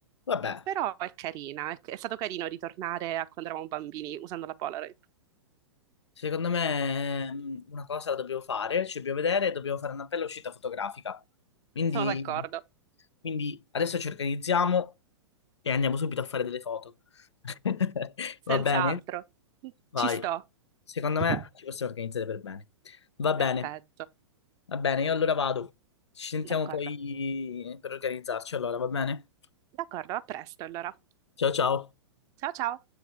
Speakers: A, on the left; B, on the right.
A: Vabbè.
B: Però è carina, è, è stato carino ritornare a quando eravamo bambini usando la Polaroid.
A: Secondo me mm, una cosa la dobbiamo fare, ci dobbiamo vedere, dobbiamo fare una bella uscita fotografica. Quindi,
B: Sono d'accordo,
A: quindi adesso ci organizziamo e andiamo subito a fare delle foto. <laughs>
B: senz'altro.
A: Va bene? Vai.
B: Ci sto.
A: Secondo
B: <laughs>
A: me ci possiamo organizzare per bene. Va
B: Perfetto,
A: bene, va bene, io allora vado. Ci sentiamo
B: d'accordo.
A: poi per organizzarci allora, va bene?
B: D'accordo, a presto allora.
A: Ciao ciao.
B: Ciao ciao.